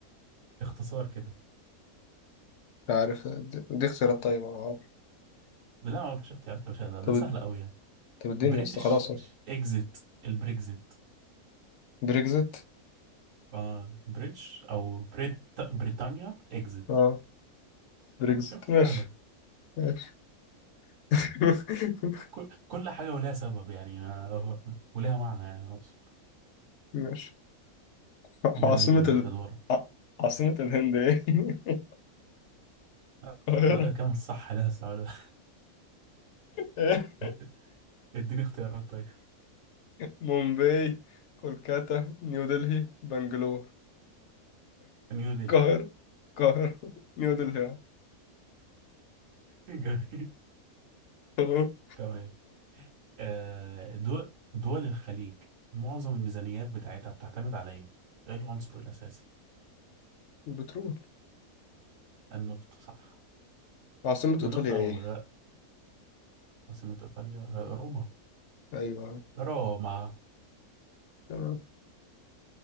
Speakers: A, on the right; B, on the left.
A: اختصار كده
B: عارف دي, دي اختيارات طيبة
A: لا ما فيش اختيارات يا باشا ده
B: طب
A: ده سهل قوي يعني
B: طب اديني
A: بريتش
B: يا اسطى خلاص اهو.
A: اكزيت البريكزيت
B: بريكزت
A: آه بريتش او بريت بريتانيا اكزيت
B: اه بريكزت
A: شوف
B: ماشي
A: سهله
B: ماشي <laughs>
A: كل, كل حاجه ولها سبب يعني آه، ولها معنى يعني اقصد
B: ماشي عاصمة
A: جميل يا باشا
B: ال...
A: دورك
B: ع- عاصمة الهند ايه؟ <laughs>
A: آه،
B: القاهرة
A: لا كم الصح ده السؤال ده
B: ايه؟
A: <laughs> اديني اختيارات طيب
B: مومباي كولكاتا نيو دلهي بنجلور
A: نيو ديلي
B: القاهرة القاهرة <laughs> نيو دلهي آه.
A: <laughs> جميل
B: تمام.
A: تمام آه دول دول الخليج معظم الميزانيات بتاعتها بتعتمد على ايه؟ ايه العنصر الاساسي؟
B: البترول
A: النفط صح
B: عاصمة ايطاليا
A: النفط أو
B: ايه؟
A: الغاء عاصمة إيطاليا آه، روما
B: ايوه
A: روما
B: تمام